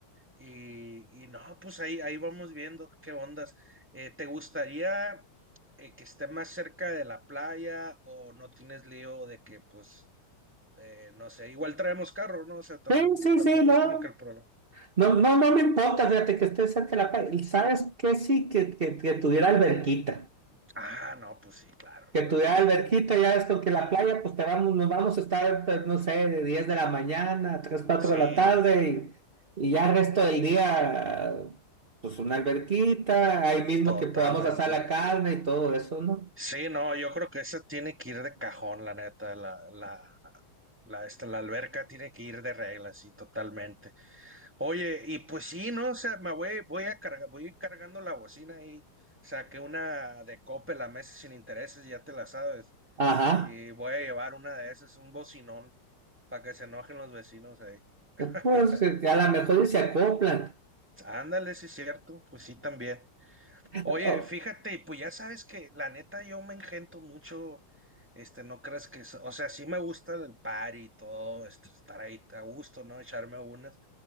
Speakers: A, in the centre; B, on the right (about 35°).
A: Y, y no, pues ahí, ahí vamos viendo qué ondas. Eh, ¿te gustaría eh, que esté más cerca de la playa o no tienes lío de que, pues, eh, no sé, igual traemos carro, ¿no? O sea, tam-
B: Sí,
A: no-
B: sí,
A: tampoco
B: sí, no.
A: es como que el problema.
B: No, no, no me importa, fíjate que esté cerca de la playa. ¿Sabes qué? Sí, que, que, que tuviera alberquita.
A: Ah, no, pues sí, claro,
B: que
A: hermano.
B: tuviera
A: es-
B: alberquita, ya es porque la playa, pues te vamos, nos vamos a estar, pues, no sé, de 10 de la mañana a 3, 4
A: sí,
B: de la tarde y, y ya el resto del día, pues una alberquita, ahí mismo
A: totalmente.
B: que podamos asar la carne y todo eso, ¿no?
A: Sí, no, yo creo que esa tiene que ir de cajón, la neta, la, la, la, esta, la alberca tiene que ir de regla, sí, totalmente. Oye, y pues sí, ¿no? O sea, me voy, voy a cargar, voy a ir cargando la bocina y saqué una de Coppel la meses sin intereses, ya te la sabes.
B: Ajá,
A: Y voy a llevar una de esas, un bocinón, para que se enojen los vecinos ahí. <laughs>
B: pues eh, a lo mejor y se acoplan.
A: Ándale, sí es cierto, pues sí también. Oye,
B: Oh,
A: fíjate, pues ya sabes que la neta yo me engento mucho, este, no crees que, so- o sea, sí me gusta el party y todo, este, estar ahí a gusto, ¿no? Echarme unas,